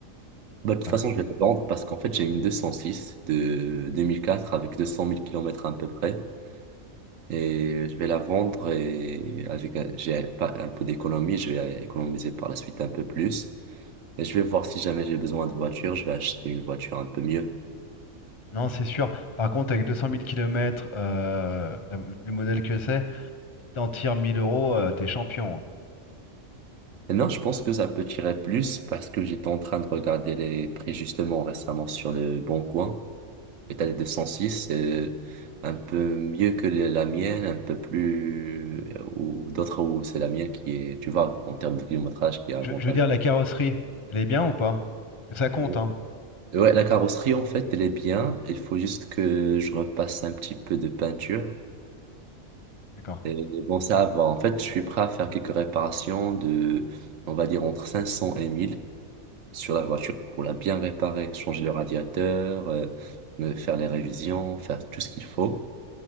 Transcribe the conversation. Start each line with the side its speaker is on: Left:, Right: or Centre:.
Right: Bah, de toute
Left: T'as
Right: façon,
Left: raison.
Right: je vais la vendre parce qu'en fait, j'ai une 206 de 2004 avec deux cent mille km à peu près. Et je vais la vendre et avec, un- j'ai pas un peu d'économie, je vais économiser par la suite un peu plus. Et je vais voir si jamais j'ai besoin de voiture, je vais acheter une voiture un peu mieux.
Left: Non, c'est sûr. Par contre, avec 200 000 km, le modèle que c'est, si t'en tires 1000 euros, euh, t'es champion. hein.
Right: Et non, je pense que ça peut tirer plus parce que j'étais en train de regarder les prix justement récemment sur le Bon Coin. Et t'as des 206 c'est un peu mieux que le- la mienne, un peu plus... euh, ou d'autres où c'est la mienne qui est, tu vois, en termes de kilométrage, qui est avantageux.
Left: Je, je veux dire, la carrosserie, elle est bien ou pas? Parce que ça compte,
Right: Et-
Left: hein.
Right: Ouais, la carrosserie en fait, elle est bien. Il faut juste que je repasse un petit peu de peinture.
Left: D'accord.
Right: Et bon, ça va. En fait, je suis prêt à faire quelques réparations de, on va dire, entre 500 et 1000 sur la voiture pour la bien réparer, changer le radiateur, euh, euh, faire les révisions, faire tout ce qu'il faut.